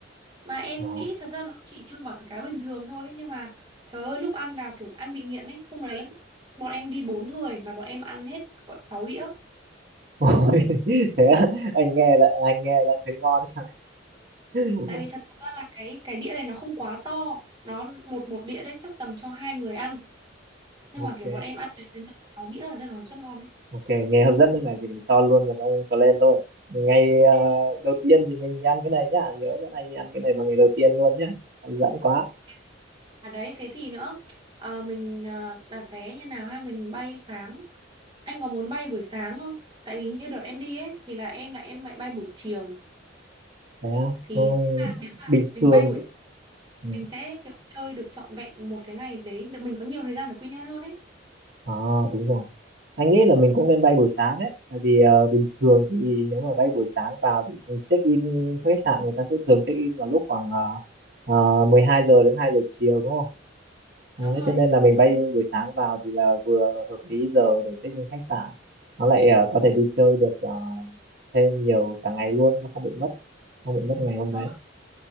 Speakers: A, on the right; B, on the right.
A: mà em
B: ờ.
A: nghĩ thật ra nó chỉ như gỏi cá bình thường thôi ấy, nhưng mà trời ơi lúc ăn vào kiểu ăn bị nghiện ấy hôm đấy bọn em đi bốn người mà bọn em ăn hết gọn sáu đĩa
B: <laughs> thế á, anh nghe đã anh nghe đã thấy ngon rồi <laughs>
A: tại vì thật ra là cái cái đĩa này nó không quá to nó một một đĩa đấy chắc tầm cho hai người ăn nhưng
B: ok
A: mà kiểu bọn em ăn đến đến tận sáu đĩa là thấy nó rất ngon đấy
B: Ok, nghe hấp dẫn thế này thì mình cho luôn vào trong plan thôi. Ngày ờ,
A: Thế thì-
B: đầu tiên thì mình đi ăn cái này nhá, nhớ dẫn anh đi ăn cái này vào ngày đầu tiên luôn nhá. Hấp dẫn quá.
A: ok. à đấy thế thì nữa ờ, mình ờ, đặt vé như nào ha mình bay sáng anh có muốn bay buổi sáng không tại vì như đợt em đi ấy thì là em là em lại bay buổi chiều
B: Thế á?
A: thì
B: ừ,
A: nếu mà nếu mà
B: bình
A: mình
B: thường
A: bay buổi sáng,
B: ừ.
A: mình sẽ kiểu chơi được trọn vẹn một cái ngày đấy được mình có nhiều thời gian để quy nhơn hơn ấy
B: À, đúng rồi. Anh nghĩ là mình cũng nên bay buổi sáng đấy, tại vì ờ, bình thường thì nếu mà bay buổi sáng vào thì check in khách sạn người ta sẽ thường check in vào lúc khoảng uh, 12 giờ đến 2 giờ chiều đúng không?
A: đúng
B: Đấy,
A: rồi
B: thế nên là mình bay buổi sáng vào thì là vừa hợp lý giờ để check in khách sạn nó lại ờ, có thể đi chơi được ờ, thêm nhiều cả ngày luôn nó không bị mất không bị mất ngày hôm
A: Ờ,
B: đấy